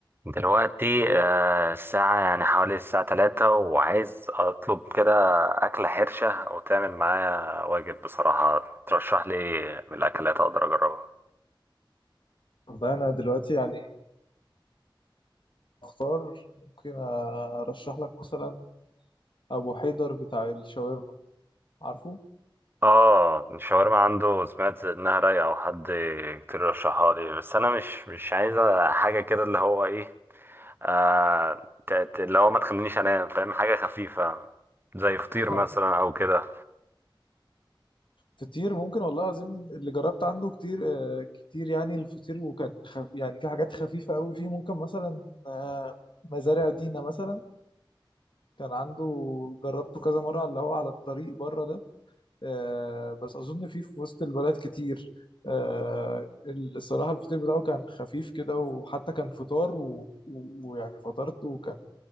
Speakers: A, on the right; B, on the left.
A: دلوقتي آه، الساعة يعني حوالي الساعة تلاتة وعايز أطلب كده أكلة حرشة أو تعمل معايا واجب بصراحة ترشح لي إيه من الأكلات أقدر أجربها
B: والله أنا دلوقتي يعني أختار ممكن أرشح لك مثلا أبو حيدر بتاع الشاورما عارفه؟
A: آه الشاورما عنده سمعت إنها رايقة أو حد كتير رشحها لي بس أنا مش مش عايزة حاجة كده اللي هو إيه آه ت- ت- اللي هو ما تخلينيش أنام فاهم حاجة خفيفة زي فطير
B: <laughs>
A: مثلا أو كده
B: فطير ممكن والله العظيم اللي جربت عنده كتير آه، كتير يعني الفطير وكان خف يعني في حاجات خفيفة قوي فيه ممكن مثلا آه، مزارع دينا مثلا كان عنده جربته كذا مرة على اللي هو على الطريق بره ده آه، بس أظن فيه في وسط البلد كتير آه، الصراحة الفطير بتاعه كان خفيف كده وحتى كان فطار و- و- ويعني فطرته وكان